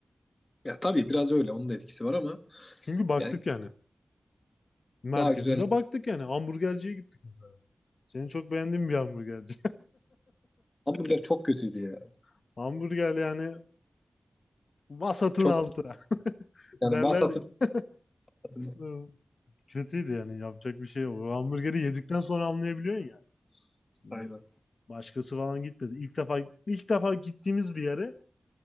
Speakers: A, on the left; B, on the left.
A: Ya tabii biraz öyle onun da etkisi var ama
B: Çünkü baktık
A: yani
B: yani merkezinde
A: daha güzel.
B: baktık yani. Hamburgerciye gittik mesela. Senin çok beğendiğin bir hamburgerci.
A: Hamburger çok kötüydü ya.
B: <laughs> Hamburger yani vasatın
A: Çok
B: altı <laughs>
A: yani
B: derler
A: vasatın
B: ya.
A: vasatını
B: Hı, Kötüydü yani yapacak bir şey yok. O hamburgeri yedikten sonra anlayabiliyorsun ya. Şimdi
A: aynen.
B: başkası falan gitmedi. İlk defa ilk defa gittiğimiz bir yere